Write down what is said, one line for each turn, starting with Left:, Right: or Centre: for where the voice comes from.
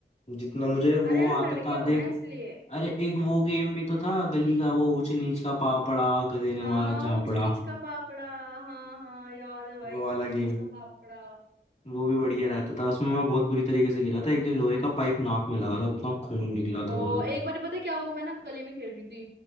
Left: जितना मुझे
Right: अरे
Left: वो
Right: आप
Left: आता
Right: लड़के
Left: था
Right: हो
Left: देख
Right: ना इसलिए
Left: अरे एक वो गेम भी तो था गली का वो ऊंच नीच का पापड़ा गधे ने
Right: हाँ
Left: मारा झापड़ा
Right: ऊंच नीच का पापड़ा हाँ हाँ याद है भाई
Left: वो वाला
Right: ऊंच नीच
Left: गेम
Right: का पापड़ा
Left: वो भी बढ़िया रहता था उसमें मैं बहुत बुरी तरीके से गिरा था एक दिन लोहे का पाइप नाक में लगा था इतना खून निकला
Right: ओ
Left: था वो
Right: एक बार पता है क्या हुआ मैं ना गली में खेल रही थी